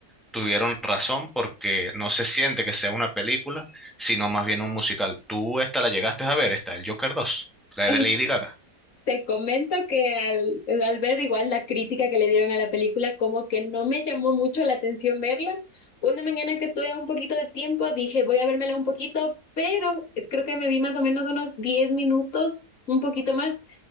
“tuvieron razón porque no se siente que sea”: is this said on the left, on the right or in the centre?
Centre